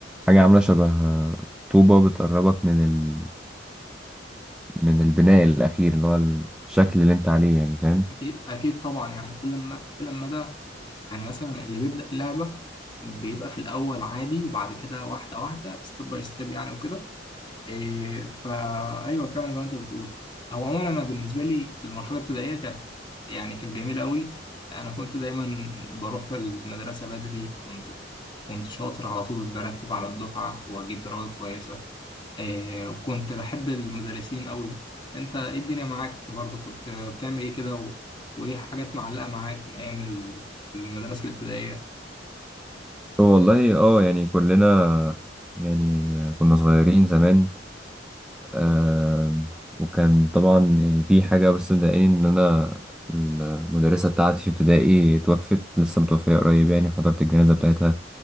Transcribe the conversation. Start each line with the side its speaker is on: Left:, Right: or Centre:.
Centre: حاجة عاملة شبه طوبة بتقربك من ال... من البناء الاخير اللي هو الشكل اللي انت عليه يعني فاهم
Left: أكيد أكيد طبعا يعني كل ما كل ما ده يعني مثلا اللي بيبدأ اللعبة بيبقى في الأول عادي وبعد كده واحدة واحدة ستيب باي ستيب يعني وكده إيه فأيوه فعلا زي ما أنت بتقول هو عموما أنا بالنسبة لي المرحلة الابتدائية كانت يعني كانت جميلة أوي أنا كنت دايما بروح المدرسة بدري كنت كنت شاطر على طول برتب على الدفعة وأجيب درجات كويسة آه، وكنت بحب المدرسين قوي انت ايه الدنيا معاك برضو كنت بتعمل ايه كده و... وايه حاجات معلقة معاك من ايام ال- المدرسة الابتدائية
Centre: والله اه يعني كلنا يعني كنا صغيرين زمان آه وكان طبعا يعني في حاجة بس مضايقاني إن أنا المدرسة بتاعتي في ابتدائي توفت لسه متوفية قريب يعني حضرت الجنازة بتاعتها